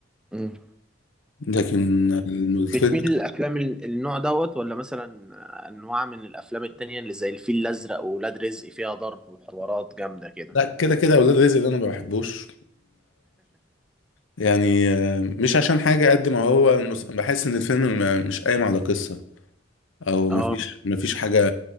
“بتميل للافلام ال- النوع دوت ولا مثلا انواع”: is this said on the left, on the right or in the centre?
Centre